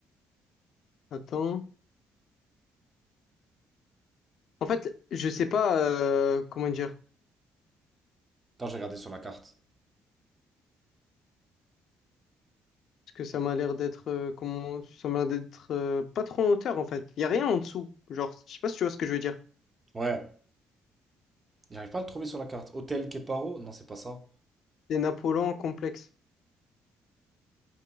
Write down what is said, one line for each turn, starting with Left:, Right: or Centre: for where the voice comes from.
Left: Attends. En fait, je sais pas euh, comment dire.
Right: Attends, j'ai regardé sur la carte.
Left: Parce que ça m'a l'air d'être euh, comment ça m'a l'air d'être euh, pas trop en hauteur en fait. Il y a rien en dessous. Genre, je sais pas si tu vois ce que je veux dire.
Right: Ouais. J'arrive pas à le trouver sur la carte. Hôtel Keparo? Non, c'est pas ça.
Left: Des Napoléons complexes.